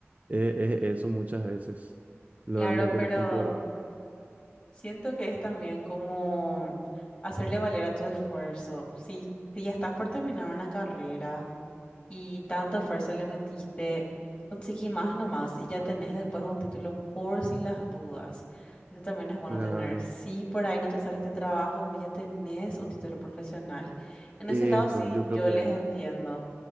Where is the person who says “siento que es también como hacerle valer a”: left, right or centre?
Left